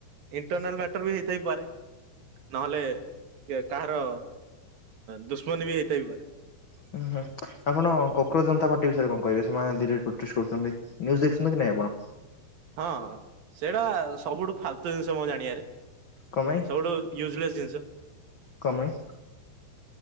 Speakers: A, on the right; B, on the left.
A: ଇଣ୍ଟରନାଲ ମ୍ୟାଟର ବି ହେଇଥାଇ ପରେ। ନ ହେଲେ କିଏ କାହାର। ଦୁଶ୍ମନୀ ବି ହେଇଥାଇ ପାରେ
B: ହୁଁ ହୁଁ ଆପଣ କୋକରୋଜ ଜନତା ପାର୍ଟି ବିଷୟରେ କଣ। କହିବେ ସେମାନେ ଧୀରେ ସେ ପ୍ରତିଶୋଧ କରୁଛନ୍ତି ନ୍ୟୁଜ ଦେଖୁଛନ୍ତି କି ନାଇଁ ଆପଣ।
A: ହଁ ସେଇଟା ସବୁଠୁ ଫାଲତୁ ଜିନିଷ ମୁଁ ଜାଣିବାରେ।
B: କଣ ପାଇଁ
A: ସବୁଠୁ ୟୁଜଲେସ୍ ଜିନିଷ।
B: କଣ ପାଇଁ।